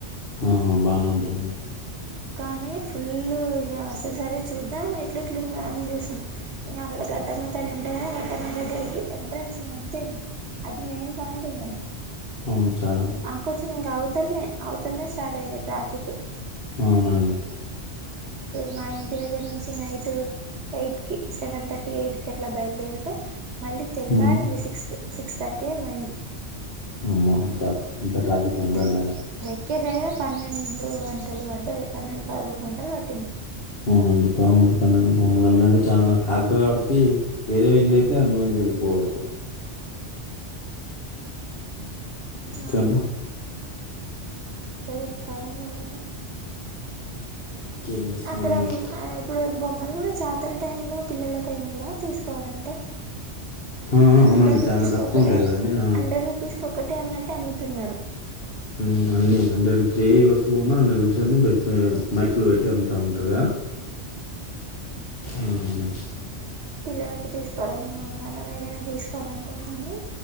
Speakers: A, on the left; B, on the right.
A: ఆహ్ బాగానే ఉంటాదండి.
B: కానీ ఫుల్ ఇక అసలు సరే చూద్దాం ఎట్లట్లుంద అని చూసినం ఇంక అక్కడ గట్టామ్మ తల్లి ఉంటాది కదా గట్టామ్మ దగ్గరికి ఎంట్రెన్స్ ఇంక అంతే ఇంకా అది మెయిన్ పాయింట్ ఇంకాది.
A: అవును చాలా ఉం-
B: ఆకుపచ్చ గవ్. టెల్ మీ అవుతల్ది స్టార్ట్ అయ్యింది ట్రాఫిక్.
A: అవునండి
B: మైండ్. ఇంటి దగ్గర నుంచి నైట్ ఎయిట్. కీ సెవెన్ థర్టీ ఎయిట్ కి అట్లా బయలుదేరితే. మళ్ళీ తెల్లారింది
A: ఉమ్.
B: సిక్స్త్. సిక్స్ థర్టీయె ఏమో అయ్యింది.
A: అమ్మో అంతా అంత ట్రాఫిక్ అంతంతా.
B: ద దగ్గర దగ్గర పన్నెండు గంటలు పట్ పన్నెండు పదమూడు గంటలు పెట్టింది.
A: అవునండి పదముడు పన్నెండు పదముడు గంటలు అంటే చాలా ట్రాక్టర్ వాటికి వేరే వేకిల్ అయితే అందులోనుంచి వెళ్ళిపోవచ్చు. ఇంకా
B: అమ్మో
A: అండి.
B: ఇంకా చెప్పాలండి మీరే.
A: ఇంకేం చేస్తున్నానండి
B: అక్కడ ఆ ఇప్పుడు బొమ్మలు గుడ జాతర టైంలో పిల్లలకైనా గుడా తీసుకోవాలంటే
A: ఆ అవునండి
B: హండ్రెడ్ రూపీస్కి
A: చానా తక్కువుంటాయి
B: ఒకటే
A: గదండి ఆ
B: హండ్రెడ్ రూపీస్కి ఒకటే అన్నట్టే అమ్ముతున్నారు
A: ఉమ్ అన్ని హండ్రెడ్ నడుపుసెను పెట్టే మైక్లు పెట్టి అమ్ముతా ఉంటారుగా మ్మ్
B: పిల్లలకు తీసుకోవాలన్నా మనం ఏదైనా తీసుకోవాలనుకున్నాని